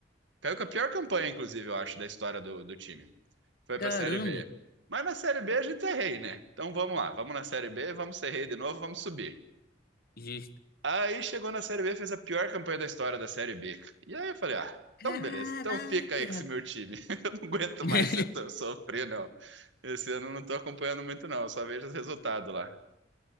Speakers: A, on the right; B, on the left.
A: Caiu com a pior campanha, inclusive, eu acho, da história do, do time. Foi
B: Caramba.
A: pra Série B. Mas na Série B a gente é rei, né? Então vamos lá, vamos na Série B, vamos ser rei de novo, vamos subir.
B: Justo.
A: Aí chegou na Série B, fez a pior campanha da história da Série B. E aí eu falei, ah, então
B: Caraca.
A: beleza, então fica aí com esse meu time. <laughs> Eu não aguento
B: <laughs>
A: mais ser- tô- sofrer, não. Esse ano eu não tô acompanhando muito, não, eu só vejo os resultados lá.